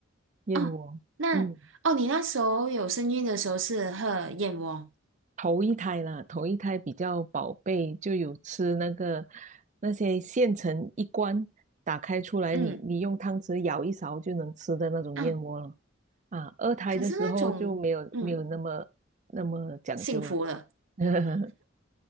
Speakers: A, on the right; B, on the right.
A: 燕窝，
B: 哦，那哦，
A: 嗯，
B: 你那时候有身孕的时候是喝燕窝，
A: 头一胎啦，头一胎比较宝贝，就有吃那个那些现成一罐，打开出来你你用汤匙舀一勺就能吃的那种燕窝了。
B: 嗯嗯，
A: 啊，二胎的时候就没有没有那么那么讲究了。
B: 可是那种。嗯。幸福了。
A: <laughs>